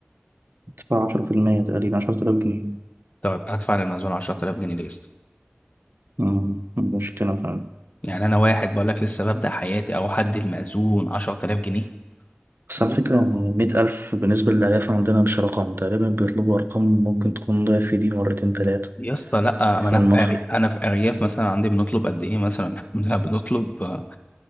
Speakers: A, on the right; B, on the left.
A: تدفع عشرة في المية تقريبا عشرة آلاف جنيه
B: طيب هدفع للمأذون 10000 جنيه ليه
A: آه، مشكلة فعلا
B: يعني انا واحد بقول لك لسه ببدأ حياتي او حد المأذون 10000 جنيه
A: بس
B: ليه
A: على فكرة
B: يابا
A: يعني مئة ألف بالنسبة للألاف عندنا مش رقم تقريبا بيطلبوا أرقام ممكن تكون ضعف دي مرتين تلاتة
B: يا اسطى لا
A: في
B: ما انا
A: المخر
B: في أري... انا في ارياف مثلا عندي بنطلب قد ايه مثلا <laughs> الحمد لله بنطلب آه